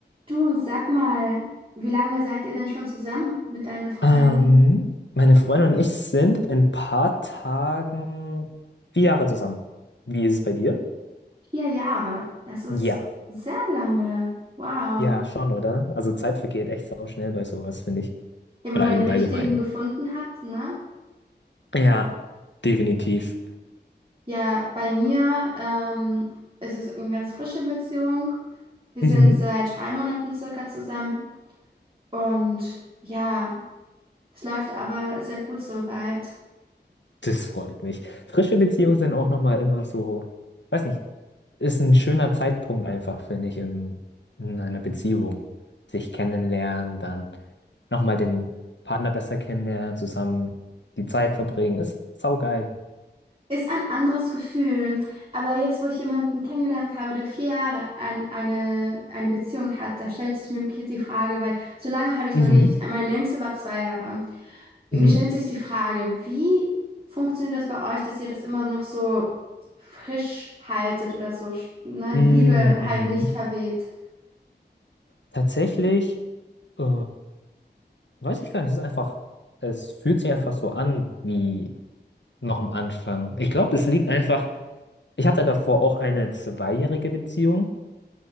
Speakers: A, on the right; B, on the left.
A: Du, sag mal, wie lange seid ihr denn schon zusammen mit deiner Freundin?
B: Ähm, meine Freundin und ich sind in ein paar Tagen vier Jahre zusammen. Wie ist es bei dir?
A: Vier Jahre. Das ist
B: Ja.
A: sehr lange. Wow.
B: Ja, schon, oder? Also Zeit vergeht echt sau schnell bei sowas, finde ich.
A: Ja, wenn
B: Oder
A: man
B: allgeme-
A: den richtigen
B: allgemein.
A: gefunden hat, ne?
B: Ja, definitiv.
A: Ja, bei mir ähm, ist es eine ganz frische Beziehung. Wir
B: Mhm.
A: sind seit drei Monaten circa zusammen und ja, es läuft aber sehr gut soweit.
B: Das freut mich. Frische Beziehungen sind auch nochmal immer so, weiß nicht, ist ein schöner Zeitpunkt einfach, finde ich, in, in einer Beziehung. Sich kennenlernen, dann nochmal den Partner besser kennenlernen, zusammen die Zeit verbringen. Ist saugeil.
A: Ist ein anderes Gefühl, aber jetzt, wo ich jemanden kennengelernt habe, der vier Jahre an eine, eine Beziehung hat, da stellt sich mir wirklich jetzt die Frage, weil so lange hatte ich
B: Mhm,
A: noch nicht, meine längste war zwei Jahre. Mir
B: mhm.
A: stellt sich die Frage, wie funktioniert das bei euch, dass ihr das immer noch so frisch haltet oder so, na die
B: Mm,
A: Liebe halt
B: Mhm.
A: nicht verweht?
B: Tatsächlich, äh, weiß ich gar nicht, es ist einfach, es fühlt sich einfach so an wie noch am Anfang. Ich glaube, das liegt einfach, ich hatte davor auch eine zweijährige Beziehung,